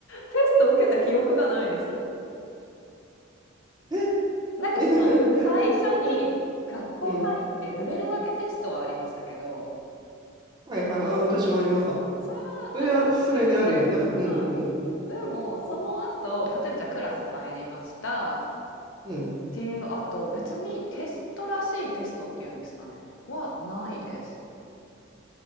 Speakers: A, on the left; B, on the right.
A: テスト受けた記憶がないです。
B: <laughs> え、
A: なんかその、
B: え、な、<laughs>
A: 最初に学校入ってレベル分けテストはありましたけど、
B: うん。はいはい。あ、私もありました。
A: それはあるじゃないですか。
B: それは、それであるよね。うんうんうん。
A: はい。でも、その後、例えばじゃあクラス入りましたっ
B: うん。
A: ていう後、別にテストらしいテストっていうんですかね、はないです。